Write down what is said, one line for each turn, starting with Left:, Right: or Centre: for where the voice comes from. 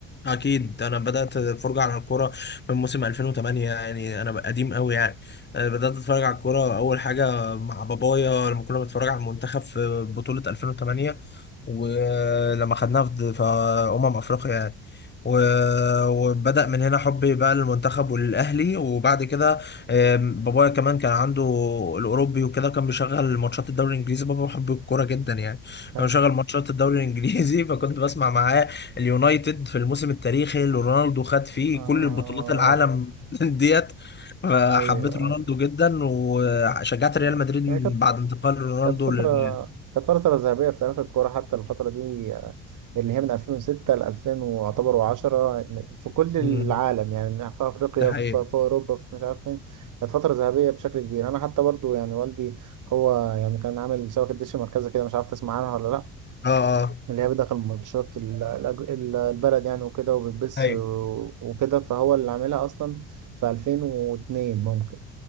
Left: اكيد انا بدات الفرجه على الكوره من موسم 2008 يعني انا قديم قوي يعني أنا بدات اتفرج على الكوره اول حاجه مع بابايا لما كنا بنتفرج على المنتخب في بطوله 2008 ولما خدناها في في امم افريقيا يعني و- وبدأ من هنا حبي بقى للمنتخب وللأهلي وبعد كده آم، بابايا كمان كان عنده الأوروبي وكده كان بيشغل ماتشات الدوري الإنجليزي بابا بيحب الكورة جدا يعني
Right: حلو
Left: كان بيشغل ماتشات الدوري الإنجليزي <laughs> فكنت بسمع معاه اليونايتد في الموسم التاريخي اللي رونالدو خد فيه
Right: آه
Left: كل بطولات العالم <laughs> ديت فحبيت
Right: <laughs> ايوه
Left: رونالدو جدا وشجعت ريال
Right: ايوه
Left: مدريد من
Right: هي كانت
Left: بعد انتقال رونالدو
Right: كانت فترة
Left: للريال
Right: كانت فترة ذهبية في تاريخ الكورة حتى الفترة دي آه، اللي هي من 2006 ل 2010 في كل
Left: مم.
Right: العالم يعني من- في أفريقيا
Left: ده حقيقة
Right: في, في أوروبا في مش عارف فين كانت فترة ذهبية بشكل كبير أنا حتى برضو يعني والدي هو يعني كان عامل شبكة دش مركزة كده مش عارف تسمع عنها ولا لأ
Left: اه اه
Right: اللي هي بيدخل ماتشات ال- الأج- ال- البلد يعني وكده وبتبث
Left: ايوه
Right: و- وكده فهو اللي عاملها أصلا في 2002 ممكن